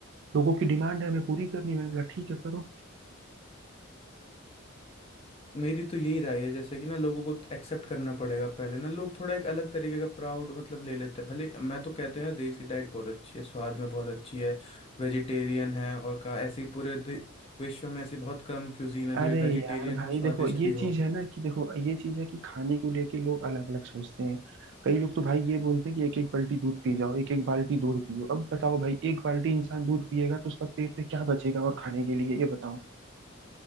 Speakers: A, on the right; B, on the left.
A: लोगों की डिमांड है हमें पूरी करनी है मैंने बोला ठीक है करो
B: मेरी तो यही राय है जैसे कि ना लोगों को एक्सेप्ट करना पड़ेगा पहले ना लोग थोड़ा एक अलग तरीके का प्राउड मतलब ले लेते हैं भले मैं तो कहते हैं देसी डाइट बहुत अच्छी है स्वाद में बहुत अच्छी है वेजिटेरियन है और का ऐसी पूरे दे- विश्व में ऐसी बहुत कम क्यूजीन है जो
A: अरे
B: वेजिटेरियन
A: यार भाई
B: हो स्वादिष्ट
A: देखो ये
B: भी
A: चीज
B: हो
A: है ना कि देखो ये चीज है कि खाने को लेके लोग अलग अलग सोचते हैं कई लोग तो भाई ये बोलते हैं कि एक एक बाल्टी दूध पी जाओ एक एक बाल्टी दूध पियो अब बताओ भाई एक बाल्टी इंसान दूध पिएगा तो उसका पेट में क्या बचेगा और खाने के लिए ये बताओ